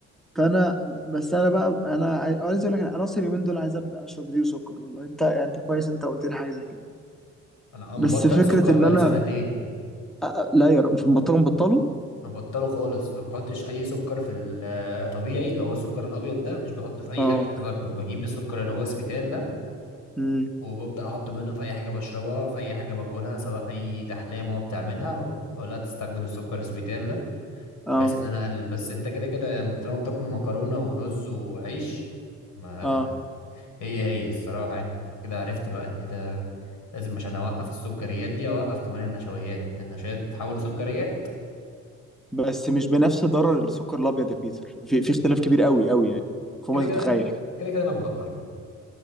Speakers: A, in the centre; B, on the left.
A: فانا بس انا بقى انا عاي- أنا عايز اقول لك انا اصلا اليومين دول عايز ابدا اشرب زيرو سكر والله انت يعني انت كويس انت قلت لي حاجة زي كده
B: أنا مبطل
A: بس فكرة
B: سكر
A: ان
B: بقالي
A: انا
B: سنتين
A: أ- أ- لا يا رب في البطال بطلوا
B: ما بطله خالص ما بحطش أي سكر في الطبيعي اللي هو السكر الأبيض ده مش بحطه في أي
A: اه
B: أكل أنا باكله بجيب السكر اللي هو سويتال ده
A: امم
B: وببدأ أحطه منه في أي حاجة بشربها في أي حاجة باكلها سواء أي تحلية ماما بتعملها ولا تستخدم السكر السويتال ده
A: اه
B: بحيث ان انا اقلل بس انت كده كده يعني طالما بتاكل مكرونه ورز وعيش ما
A: اه
B: هي هي الصراحه يعني كده عرفت بقى ان ده لازم عشان اوقف السكريات دي اوقف كمان النشويات النشويات بتتحول لسكريات
A: بس مش بنفس ضرر السكر الابيض يا بيتر في في اختلاف كبير قوي قوي يعني فوق
B: كده
A: ما
B: كده
A: تتخيل
B: كده كده انا مبطله